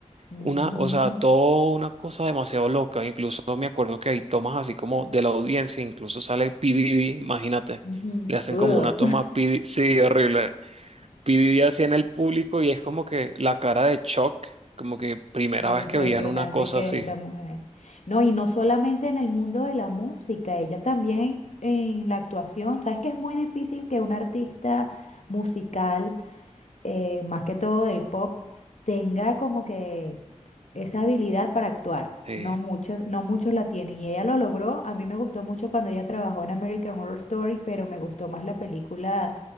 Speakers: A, on the left; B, on the right.
A: Ujú,
B: Una, o sea, todo una cosa demasiado loca. Incluso me acuerdo que hay tomas así como de la audiencia, incluso sale P. Diddy, imagínate,
A: ujú.
B: le hacen
A: Udo.
B: como una toma a P. Diddy, sí, horrible. P. Diddy así en el público y es como que la cara de shock, como que
A: <laughs>
B: primera
A: De
B: vez
A: lo impresionante
B: que veían una cosa
A: que
B: así.
A: es esa mujer. No, y no solamente en el mundo de la música, ella también en la actuación. ¿Sabes que es muy difícil que un artista musical eh, más que todo del pop, tenga como que esa habilidad para actuar.
B: sí.
A: No muchos, no muchos la tienen y ella lo logró. A mí me gustó mucho cuando ella trabajó en American Horror Story, pero me gustó más la película